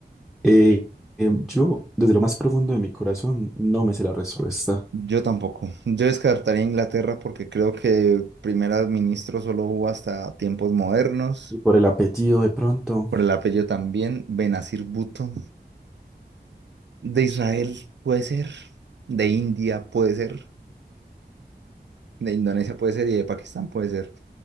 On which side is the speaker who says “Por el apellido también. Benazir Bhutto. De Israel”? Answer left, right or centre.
Right